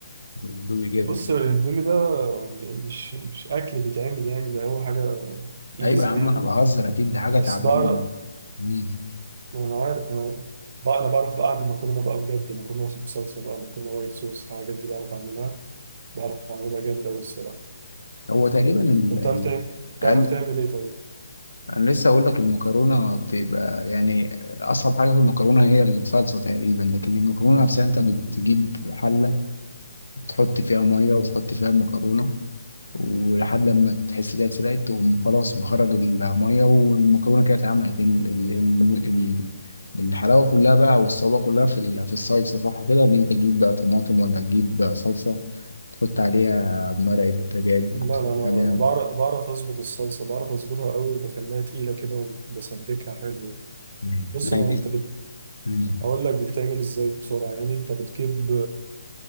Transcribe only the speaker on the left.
واندومي جبن
ايوه يا عم
انا بهزر اكيد دي حاجة
تعبانة
مم.
هو تقريبا ال...
ال...
ال...
انا لسه اقول لك المكرونة بتبقى يعني اصعب حاجة في المكرونة هي الصلصة تقريبا لكن المكرونة نفسها انت بتجيب حلة بتحط فيها مية وتحط فيها المكرونة ولحد لما تحس إنها اتسلقت تقوم خلاص مخرج المية والمكرونة كده اتعملت ال- ال- ال- ال- الحلاوة كلها بقى والصعوبة كلها في ال- في الصلصة صح كده إن أنت تجيب بقى طماطم ولا تجيب بقى صلصة تحط عليها مرقة دجاج
وتحط
عليها
مم.
لا
دي
مم.